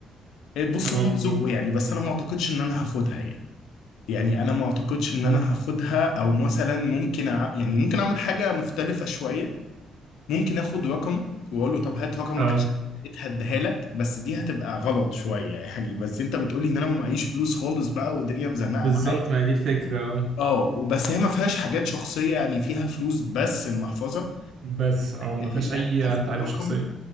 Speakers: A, on the left; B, on the right.
A: إيه، بص
B: اه
A: هو
B: بالظبط
A: ذوقه يعني بس انا ما اعتقدش ان انا هاخدها يعني يعني انا ما اعتقدش ان
B: اه
A: انا هاخدها او مثلا ممكن أع... يعني ممكن اعمل حاجة مختلفة شوية ممكن اخد رقم واقول له طب هات رقمك
B: اه
A: عشان لقيت هديها لك بس دي هتبقى غلط شوية <laughs> يعني بس انت بتقولي ان انا ما معيش فلوس خالص بقى والدنيا مزنقة
B: بالظبط
A: معايا
B: ما هي دي الفكرة اه
A: اه وبس هي ما فيهاش حاجات شخصية يعني فيها فلوس بس المحفظة
B: بس اه ما
A: يعني
B: فيهاش أي
A: هاخد
B: تعريف
A: رقم
B: شخصية